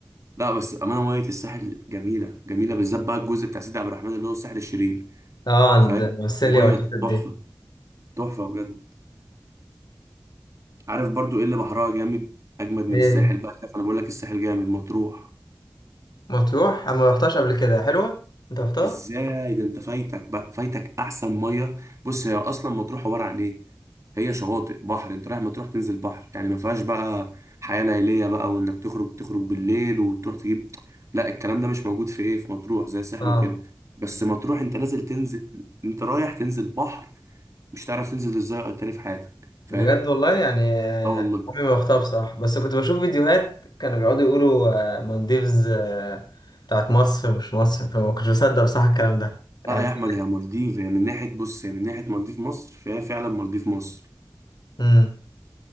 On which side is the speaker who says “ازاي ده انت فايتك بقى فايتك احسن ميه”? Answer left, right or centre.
Right